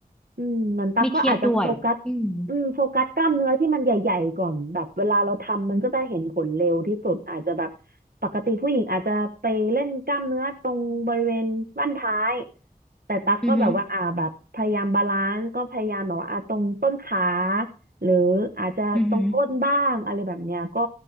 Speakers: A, on the right; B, in the centre.
A: อืมเหมือนตั๊กก็อาจจะโฟกัส
B: ไม่เครียดด้วยอืม
A: อืมโฟกัสกล้ามเนื้อที่มันใหญ่ๆก่อน แบบเวลาเราทำมันก็จะเห็นผลเร็วที่สุด อาจจะแบบปกติผู้หญิงอาจจะไปเล่นกล้ามเนื้อตรงบริเวณบั้นท้าย แต่ตั๊กก็แบบว่าอ่าแบบพยายามบาลานซ์ก็พยายามแบบว่าอ่าตรงต้นขา
B: อือหือ
A: หรืออาจจะตรงก้นบ้างอะไรแบบเนี้ยก็
B: อือหือ